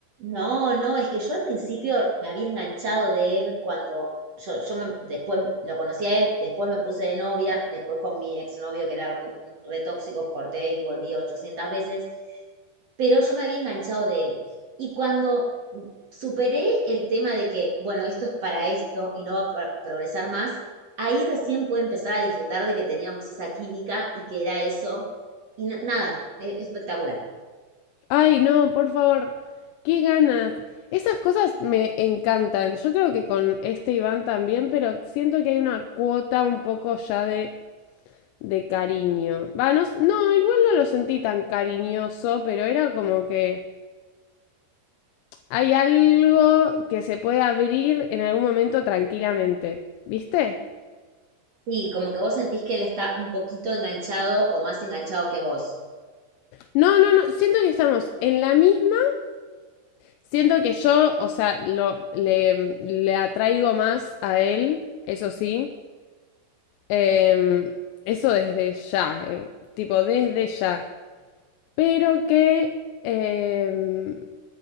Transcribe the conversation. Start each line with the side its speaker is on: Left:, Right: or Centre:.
Right: No, no, es que yo al principio me había enganchado de él cuando yo, yo me- después lo conocí a él, después me puse de novia, después con mi exnovio que era mu- re tóxico, corté y volví 800 veces, pero yo me había enganchado de él. Y cuando superé el tema de que, bueno, esto es para esto y no va a pro- progresar más, ahí recién pude empezar a disfrutar de que teníamos esa química y que era eso. Y na- nada, e- espectacular.
Left: Ay, no, por favor, qué ganas. Esas cosas me encantan. Yo creo que con este Iván también, pero siento que hay una cuota un poco ya de, de cariño. Va, no, s- no, igual no lo sentí tan cariñoso, pero era como que hay algo que se puede abrir en algún momento tranquilamente. ¿Viste?
Right: Sí, como que vos sentís que él está un poquito enganchado o más enganchado que vos.
Left: No, no, no, siento que estamos en la misma. Siento que yo, o sea, lo, le, le atraigo más a él, eso sí. Em, eso desde ya, eh, tipo desde ya. Pero que em,